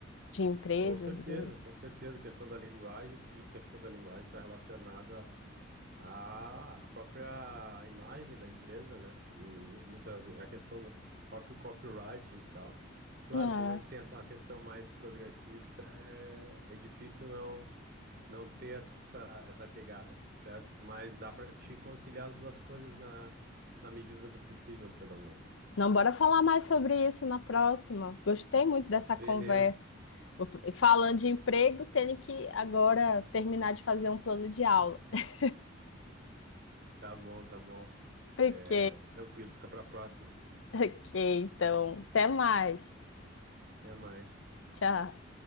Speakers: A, on the left; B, on the right.
A: de empresas
B: Com certeza,
A: e...
B: com certeza, questão da linguagem, que questão da linguagem está relacionada a, a própria imagem da empresa, né? E muitas vezes a questão do próprio copyright e tal. Claro,
A: É.
B: como a gente tem essa questão mais progressista, é, é difícil não, não ter essa, essa pegada, certo? Mas dá para te conciliar as duas coisas na, na medida do possível, pelo menos.
A: Não, bora falar mais sobre isso na próxima. Gostei muito dessa
B: Beleza,
A: conversa. Vou pr- Falando de emprego, tenho que agora terminar de fazer um plano de aula. <laughs>
B: tá bom, tá bom.
A: Ok,
B: É, tranquilo, fica para próxima.
A: ok, então, até mais.
B: Até mais.
A: Tchau.